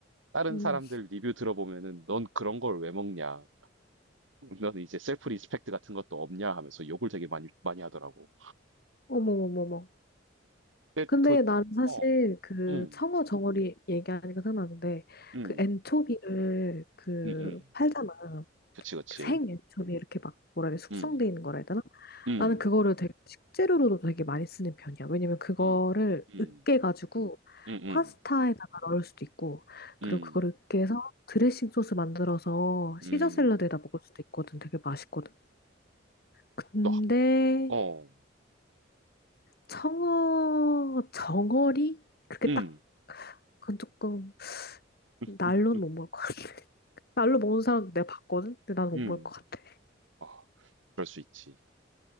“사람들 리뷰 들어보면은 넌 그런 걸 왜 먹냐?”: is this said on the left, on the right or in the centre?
Right